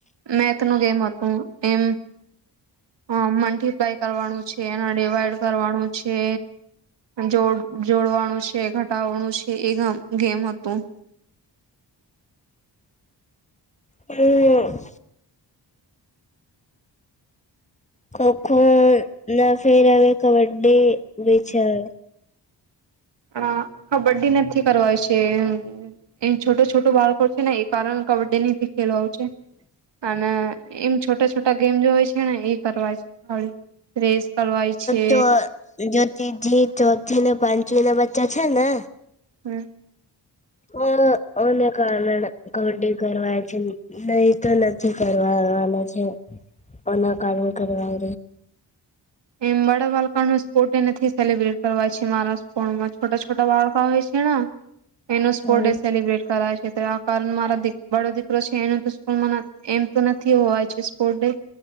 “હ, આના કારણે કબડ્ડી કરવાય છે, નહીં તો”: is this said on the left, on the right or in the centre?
Left